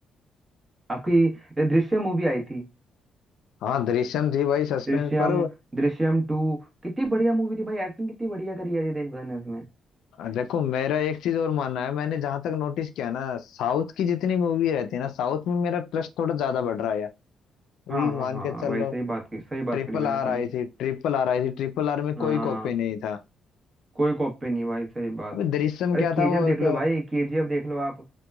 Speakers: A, on the right; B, on the left.
A: आपकी ये दृश्यम मूवी आई थी
B: हाँ दृश्यम थी भाई सस्पेंस
A: दृश्यम
B: पर
A: दृश्यम टू कितनी बढ़िया मूवी थी भाई एक्टिंग कितनी बढ़िया करी है अजय देवगन ने उसमें
B: आ, देखो मेरा एक चीज और मानना है मैंने जहां तक नोटिस किया ना साउथ की जितनी मूवी रहती है ना साउथ में मेरा ट्रस्ट थोड़ा ज्यादा बढ़ रहा है यार अभी
A: हाँ हाँ
B: मान
A: हाँ
B: के
A: हाँ
B: चल
A: भाई
B: लो
A: सही बात की सही बात
B: ट्रिपल
A: करी भाई
B: आर
A: आपने
B: आई थी ट्रिपल आर आई थी ट्रिपल आर में
A: हाँ
B: कोई कॉपी नहीं था
A: कोई कॉपी नहीं भाई सही बात
B: अबे दृश्यम
A: अरे
B: क्या
A: केजीएफ
B: था वो एक
A: देख लो भाई केजीएफ देख लो आप